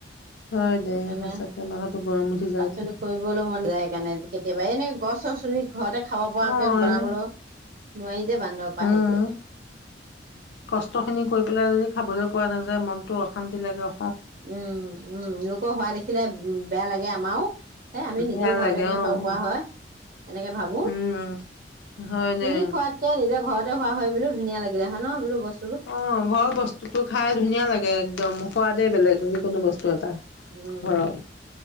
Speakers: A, on the left (about 80°); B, on the right (about 50°).
A: হয় দে
B: সেইকাৰণে
A: সঁচাকে মাথাটো গৰম উঠি যায়
B: পাচলি
A: দেই।
B: কৰিবলৈ মন যায় সেইকাৰণে কেতিয়াবা এনে গছ চচ ৰুই ঘৰতে খাব পৰাকে
A: অ',
B: বনাবলৌ
A: এনে
B: নোৱাৰি যে বান্দৰ পৰা
A: উম,
B: সেইটোৱে
A: কষ্টখিনি কৰি পেলাই যদি খাবলৈ পোৱা নাযায় মনতটো অশান্তি লাগে অ
B: উম উম লোকৰ হোৱা দেখিলে উম বেয়া লাগে আমাৰও এ আমি নিজেও
A: বেয়া
B: ঘৰতে
A: লাগে
B: কৰি
A: অ',
B: খাব পৰা হয় এনেকে ভাবো
A: উম, হয় দে।
B: কিনি খোৱাতকে নিজৰ ঘৰত হোৱা হয় বুলি ধুনীয়া লাগিলে হয় ন বোলো বস
A: অঁ ঘৰৰ বস্তুটো খাই ধুনীয়া লাগে একদম, সোৱাদে বেলেগ কোনো বস্তু এটা।
B: উম,
A: ঘৰৰ